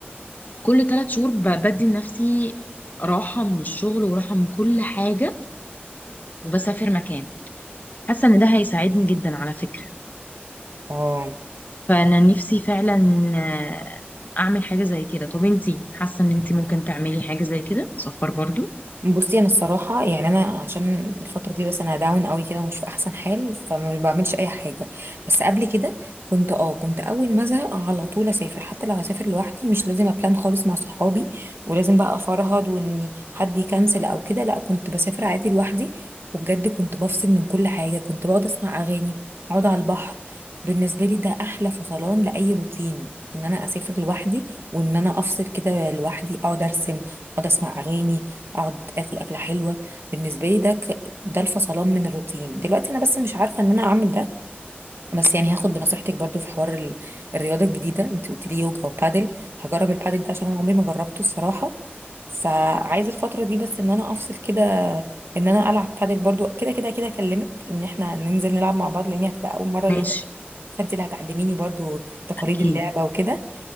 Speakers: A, on the left; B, on the right.
A: كل ثلاث شهور ب... بدي لنفسي راحة من الشغل وراحة من كل حاجة وبسافر مكان حاسة ان ده هيساعدني جدا على فكرة
B: اه
A: فانا نفسي فعلا آه، اعمل حاجة زي كده طب انتي حاسة ان انتي ممكن تعملي حاجة زي كده سفر برضو
B: بصي انا الصراحه يعني انا عشان الفتره دي بس انا داون قوي كده ومش في احسن حال فما بعملش اي حاجه بس قبل كده كنت اه كنت اول ما ازهق على طول اسافر حتى لو هسافر لوحدي مش لازم ابلان خالص مع صحابي ولازم بقى افرهد وان حد يكنسل او كده لا كنت بسافر عادي لوحدي وبجد كنت بفصل من كل حاجه كنت بقعد اسمع اغاني اقعد على البحر بالنسبه لي ده احلى فصلان لاي روتين ان انا اسافر لوحدي وان انا افصل كده لوحدي اقعد ارسم اقعد اسمع اغاني اقعد اكل اكله حلوه بالنسبه لي ده ك... ده الفصلان من الروتين دلوقتي انا بس مش عارفه ان انا اعمل ده بس يعني هاخد بنصيحتك برضو في حوار ال... الرياضه الجديده انت قلت لي يوجا وبادل هجرب البادل ده عشان انا عمري ما جربته الصراحه فعايزه الفتره دي بس ان انا افصل كده ان انا العب بادل برضو كده كده كده اكلمك ان احنا ننزل نلعب مع بعض لان هي هتبقى اول مره ليا
A: ماشي
B: فانت اللي هتعلميني برضو تقاليد
A: اكيد
B: اللعبه وكده